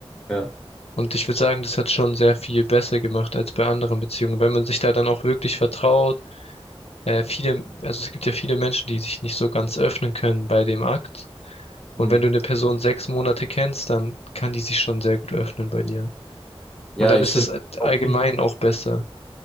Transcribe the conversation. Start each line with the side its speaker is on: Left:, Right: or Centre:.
Centre: Ja.
Left: Und ich würde sagen, das hat schon sehr viel besser gemacht als bei anderen Beziehungen. Wenn man sich da dann auch wirklich vertraut, äh, viele, also es gibt ja viele Menschen, die sich nicht so ganz öffnen können bei dem Akt.
Centre: Mhm.
Left: Und wenn du eine Person sechs Monate kennst, dann kann die sich schon sehr gut öffnen bei dir.
Centre: Ja,
Left: Und dann
Centre: ich
Left: ist
Centre: finde
Left: es
Centre: auch
Left: allgemein
Centre: wichtig,
Left: auch besser.